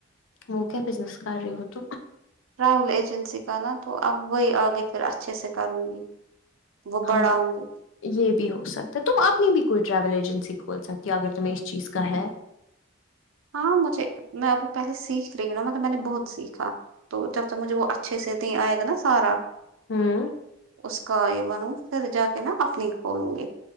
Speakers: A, on the left; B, on the right.
A: م کیا بزنس کر رہی ت
B: ٹریاول ایجنسی کا نا تو اب وہی آگے پھر اچھے سے کروں گی وہ بڑا
A: ہاں
B: ہوں گے
A: یہ بھی ہو سکتا ہے تم اپنی بھی کوئی ٹریول ایجنسی کھول سکتی ہو اگر تمہیں اس چیز کا ہے
B: ہاں مجھے میں ابھی پہلے سیکھ رہی ہوں نا مطلب میں نے بہت سیکھا تو جب تک مجھے وہ اچھے سے د آئے گا نا سارا
A: ہوں
B: اس کا یہ بنوں پھر جا کے نا اپنی کھولوں گی